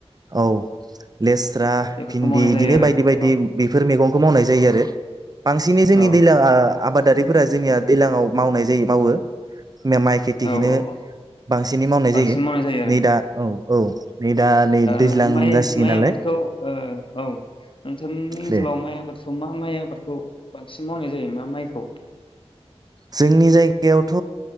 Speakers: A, on the right; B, on the left.
A: औ लेस्रा
B: बेफोरखौ
A: भिन्दि
B: मावनाय
A: बिदिनो
B: जायो आरो
A: बायदि बायदि
B: औ
A: बेफोर मैगं। खौ मावनाय जायो आरो। बांसिनै जोंनि
B: औ
A: दैलांआ आबादारिफोरा जोंनिया दैलांयाव मावनाय दि मावो माइ खेथिखौनो
B: औ औ औ
A: बांसिनै मावनाय
B: बांसिन मावनाय जायो आरो
A: नै दा औ औ नै दा नै दैज्लां
B: ना औ माइ
A: जासिगोन
B: माइ
A: नालाय
B: आबादखौ औ नोंथांनि ओनसोलाव
A: दे
B: माइ आबाद माखौ मा माइ आबादखौ बांसिन मावनाय जायो मा माइखौ
A: जोंनि जायगायावथ'